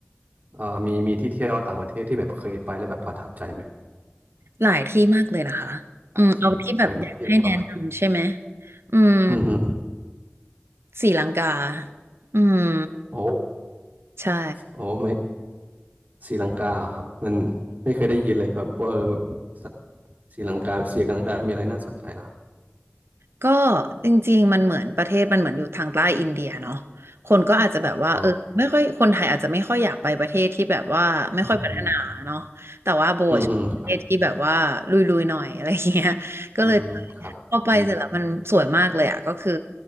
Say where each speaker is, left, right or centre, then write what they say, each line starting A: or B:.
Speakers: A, on the right; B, on the right.
A: เออมีมีที่เที่ยวต่างประเทศที่แบบเคยไปแล้วแบบประทับใจไหม
B: หลายที่มากเลยนะคะอืมเอาที่แบบอยากให้แนะนำใช่ไหม
A: หลายที่แบบเคยไปที่ไหนบ้างครับ
B: อืม
A: อืมฮึ
B: ศรีลังกาอืม
A: โอ้
B: ใช่
A: โอ้ไม่ศรีลังกาเหรอครับมันไม่เคยได้ยินเลยแบบว่าเออสศรีลังกาศรีลังกา มีอะไรน่าสนใจล่ะ
B: ก็จริงๆมันเหมือนประเทศมันเหมือนอยู่ทางใต้อินเดียเนาะคนก็อาจจะแบบว่าเออไม่ค่อยคนไทยอาจจะไม่ค่อยอยากไปประเทศที่แบบว่าไม่ค่อยพัฒนาเนาะแต่ว่าโบชอบประเทศที่แบบว่าลุยๆหน่อยอะไรอย่างเงี้ยก็เลยไป
A: อ๋ออืมอืมอืมอืมครับอืมครับอืม
B: พอไปเสร็จแล้วมันสวยมากเลยอ่ะก็คือ